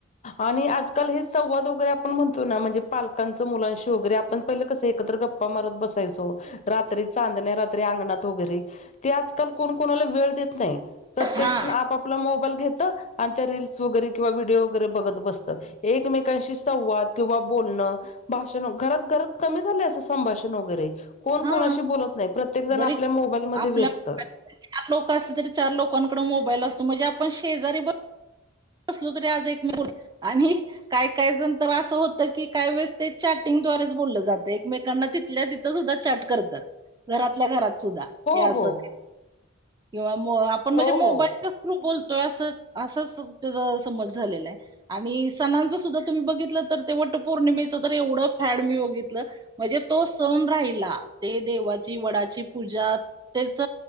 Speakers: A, on the left (about 35°); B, on the right (about 20°).
A: आणि आजकाल हे संवाद वगैरे आपण म्हणतो ना, म्हणजे पालकांचं मुलांशी वगैरे, आपण पहिलं कसं एकत्र गप् प्पा मारत बसायचो. रात्री चांदण्या रात्री अंगणात वगैरे ते आजकाल कोण कोणाला वेळ देत नाही. प्रत्येक
B: हा
A: जण आपापला मोबाईल घेतं, आणि त्या रिल्स वगैरे किंवा व्हिडिओ वगैरे बघत बसतं. एकमेकांशी संवाद किंवा बोलणं भाषण, घरात- घरात कमी झाले असं संभाषण वगैरे. कोण
B: हा
A: कोणाशी बोलत नाही. प्रत् प्रत्येकजण
B: जरी
A: आपल्या मोबाईल मध्ये
B: आपल्या
A: व्यस्त.
B: चार लोक असली, तरी चार लोकांकडं मोबाईल असतो. म्हणजे आपण शेजारी बस बसलो तरी, आज एकमे <unintelligible> आणि काय - काय जण तर असं होतं की, काही वेळेस ते चॅटिंगद्वारेच बोललं जातं. एकमेकांना तिथल्या तीथ तिथं सुद्धा चाट करतात. घरातल्या घरात सुद्धा.
A: हो
B: हे
A: हो
B: असंत, किंवा मो आपण म्हणजे
A: हो
B: मोबाईल
A: हो
B: थ्रू बोलतो. असंचं असच तुमच्या जवळ समज झालेलाय. आणि सणांचं सुद्धा तुम्ही बघितलं तर, ते वट पौर्णिमेच तर एवढं फॅड मी बघितलं मजे तो सण राहिला. ते देवाची, वडाची पूजा, त्याच